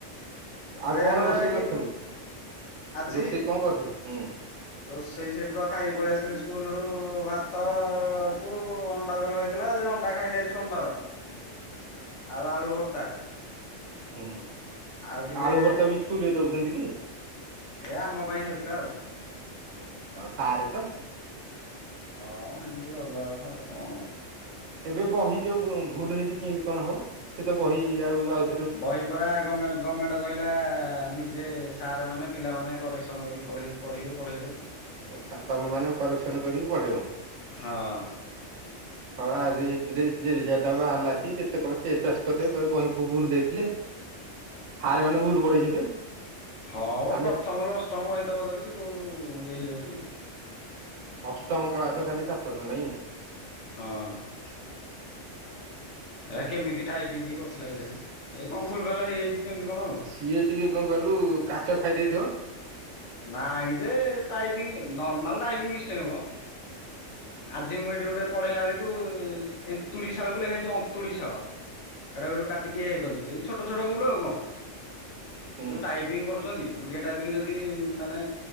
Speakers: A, on the right; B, on the left.
A: ଆଉ
B: ଟ୍ରେନରେ
A: କଣ ରୋଷେଇ
B: ବାକି
A: କରିଥିଲୁ
B: ଆଜି
A: ରୋଷେଇ କଣ କରିଥିଲୁ ହୁଁ
B: ରୋଷେଇ ସେଇଠି ତ ଖାଇକି ପଳେଇ ଆସିଥିଲି ସ୍କୁଲ ରୁ ଭାତ କୁ ଅଣ୍ଡା ଝୋଳ ହେଇ ଥିଲା ଯେ ଅଣ୍ଟା ଖାଇନି ଆଜି ସୋମବାର। ଆଉ ଆଳୁ ଭର୍ତ୍ତା।
A: ହୁଁ,
B: ଆଉ ଟିକେ
A: ଆଳୁ ଭର୍ତା ବି ସ୍କୁଲ ରେ ଦଉଛନ୍ତି କି?
B: ଏ ଆମ ପାଇଁ ହଉଥିଲା ଆଉ।
A: ଓହୋ ତମେ ସାରେ ତ।
B: ହଁ ଏମିତି କରିଦବା କଥା ଆଉ କଣ।
A: ଏବେ ବହି ଯୋଉ ବ ଭୁଲ ହେଇଚି କିନ୍ତି କଣ ହବ, ସେ ତ ବହି ଆଉ ଆଉ
B: ବହି ପରା ଗମେ ଗମେଣ୍ଟ କହିଲା, ନିଜେ ସାର୍ ମାନେ ପିଲାମାନେ କରେକ୍ସନ କରିକି ପଢେ ପଢ଼ିବେ ପଢେଇବେ।
A: ଆଛା ତମେମାନେ କରେକ୍ସନ କରିକି ପଢେଇବ।
B: ହଁ
A: ସଲା ରେ ରିଯାତ ବାହାରିଲା ଆସି କେତେ କଣ କେସ୍ ବାସ୍ କରିଦେବେ କହିବେ ବହି ଫୁ ଭୁଲ ଦେଇଥିଲେ ଆଉ। ସାର୍ ମାନେ ଭୁଲ ପଠେଇଛନ୍ତି ଆଉ।
B: ହଁ ମ
A: ଆମେ
B: ପ୍ରଥମରୁ ଅଷ୍ଟମ ବହିତ ବଦଳିଚି କୋଉ ଇଏ ହେଇଯାଉଛି କି?
A: ଅଷ୍ଟମ କ୍ଳାସ ଖାଲି ସାତଶହ ନାଇଁ?
B: ହଁ। ହେଟା କେମିତି ଟାଇପିଙ୍ଗ କିଏ କରୁଥିଲା କେ ଜାଣି, ହେଇ କଣ ଭୁଲ ଭାଲ ହେଇଯାଇଛି କେମିତି କଣ ଆଉ।
A: ସିଏ ଟିକେ କଣ କହିଲୁ କାଚ ଖାଇଦେଇେଇଥିବ
B: ନାଇଁ ଯେ ଟାଇପିଂ ନର୍ମାଲ ଟାଇପିଂ ମିଷ୍ଟେକ୍ ମ। ଆଜି ମୁଁ ଏଠି ଗୋଟେ ପଢେଇଲା ବେଳକୁ ଏନ୍ତୁଡି ଶାଳକୁ ଲେଖା ହେଇଛି ଅନ୍ତୁଡି ଶାଳ। ହେଟା କୁ ହେଠୁ କାଟିକି ଏକଲି, ଏଇ ଛୋଟ ଛୋଟ ଭୁଲ ଆଉ କଣ।
A: ହୁଁ
B: ଏଇ ଯୋଉ ଟାଇପିଂ କରୁଚନ୍ତି ଓଡିଆ ଟାଇପିଙ୍ଗ ଯଦି ମାନେ